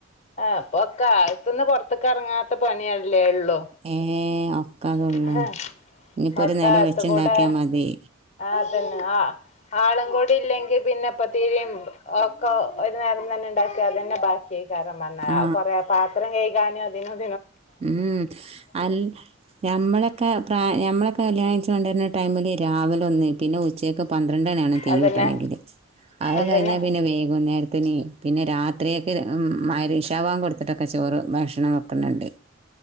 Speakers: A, on the left (about 30°); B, on the right (about 30°).
A: അപ്പൊക്കെ ആലത്തുന്ന് പുറത്തക്ക് ഇറങ്ങാ ത്തപണയാണ് അല്ലെ ഉള്ളൂ
B: ഏ ഒക്കെ അതുള്ളൂ
A: ആ ഹാ
B: ഇനിയിപ്പോ
A: അപ്പത്തകൂടോ
B: ഒരു നേരം വെച്ചുണ്ടാക്കിയാ മതി
A: അതന്നെ ആ അലോകൊ ഇല്ലെങ്കിൽ പിന്നെ പാതിരിമ്പ് ഒക്ക ഒരു നേരം തന്നെ ഉണ്ടാക്കി അത് തന്നെ ബാക്കിയേക്കും കൊറെ മനാ
B: ആ
A: കൊറെ പത്രോം കഴികി ഞാന് അദ്ദേഹം
B: ഉം അൽ ഞമ്മളെക്കെ പ്രാ ഞമ്മളെ ക്കെ കല്യാണം കയ്ച്ച് കൊണ്ടര്ണ ടൈമ്‌ല് രാവ്‌ലൊന്ന് പിന്നെ ഉച്ചേകൊക് പന്ത്രണ്ടണ്യാണം തീയൂട്ടെണെങ്കില്
A: അതന്നെ
B: അത്
A: അതന്നെ
B: കയ്ഞ്ഞാ പിന്നെ വെയ്ക്ന്നേര ത്ത്ന് പിന്നെ രാത്രിയെക്ക് മയ്രി ഇഷാ ബാങ്കൊട്ത്ത്ട്ടൊക്കെ ചോറ് ഭഷ്ണം വെക്കുന്ന്ണ്ട്